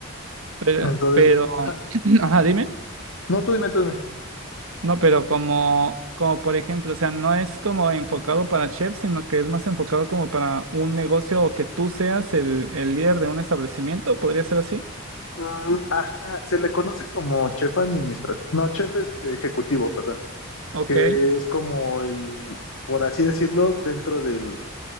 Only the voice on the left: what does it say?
Entonces,
ajá.
No, tú dime, tú dime.
Mm, ajá, se le conoce como chef administrativo, no, chef este, ejecutivo, perdón,
que es como el, por así decirlo, dentro del,